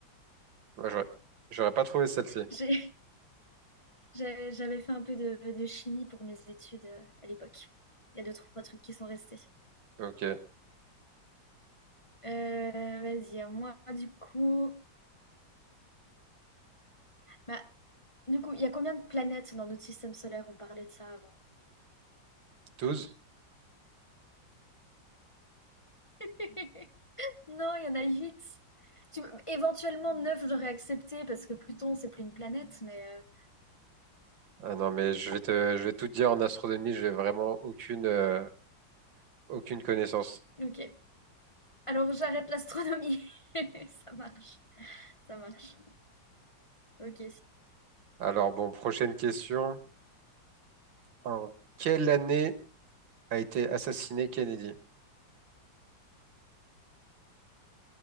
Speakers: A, on the right; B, on the left.
A: Moi, j'aurais, j'aurais pas trouvé celle-ci.
B: <laughs> J'ai- j'ai- J'avais fait un peu de, de chimie pour mes études euh, à l'époque. Il y a deux, trois trucs qui sont restés.
A: Ok.
B: Euh, vas-y, à moi, du coup. Bah, du coup, il y a combien de planètes dans notre système solaire? On parlait de ça avant.
A: Douze.
B: <laughs> Non, il y en a huit. Tu- Éventuellement neuf, j'aurais accepté parce que Pluton, c'est plus une planète, mais
A: Ah non, mais je vais te, je vais tout te dire en astronomie, j'ai vraiment aucune, euh, aucune connaissance.
B: euh, ok. Alors j'arrête l'astronomie. <laughs> Ça marche, ça marche. Ok.
A: Alors, bon, prochaine question. En quelle année a été assassiné Kennedy.